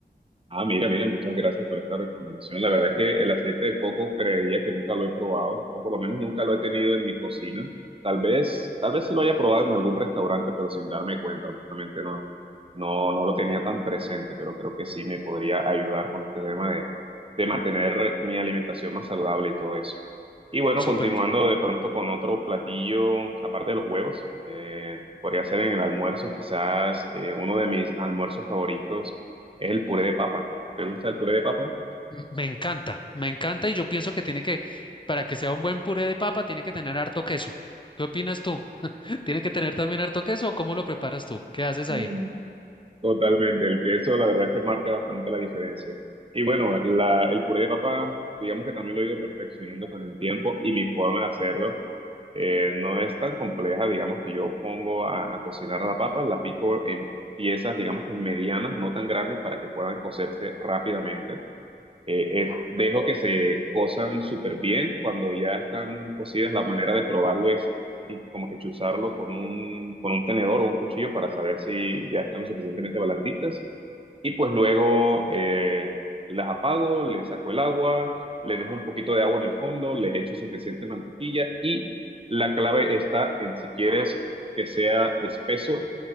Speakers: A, on the right (about 30°); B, on the left (about 30°).
A: Ah, mira, mira, muchas gracias por esta recomendación. La verdad es que el aceite de coco creería que nunca lo he probado, o por lo menos nunca lo he tenido en mi cocina. Tal vez, tal vez se lo haya probado en algún restaurante, pero sin darme cuenta, honestamente no, no, no lo tenía tan presente, pero creo que sí me podría ayudar con este tema de, de mantener mi alimentación más saludable y todo eso. Y bueno,
B: súper.
A: continuando de pronto con otro platillo, aparte de los huevos, eh, podría ser en el almuerzo, quizás eh, uno de mis almuerzos favoritos es el puré de papa. ¿Te gusta el puré de papa?
B: m- Me encanta, me encanta y yo pienso que tiene que, para que sea un buen puré de papa, tiene que tener harto queso. ¿Qué opinas tú? <laughs> ¿Tiene que tener también harto queso o cómo lo preparas tú? ¿Qué haces
A: Mm.
B: ahí?
A: Totalmente, el queso la verdad es que marca bastante la diferencia. Y bueno, la, el puré de papa, digamos que también lo he ido perfeccionando con el tiempo y mi forma de hacerlo eh, no es tan compleja, digamos que yo pongo a, a cocinar la papa, la pico en piezas, digamos que medianas, no tan grandes para que puedan cocerse rápidamente. eh, es- dejo que se cosan súper bien. Cuando ya están cocidas, la manera de probarlo es y como que chuzarlo con un, con un tenedor o un cuchillo para saber si ya están lo suficientemente blanditas. Y pues luego eh, las apago, les saco el agua, les dejo un poquito de agua en el fondo, les echo suficiente mantequilla y la clave está en si quieres que sea espeso,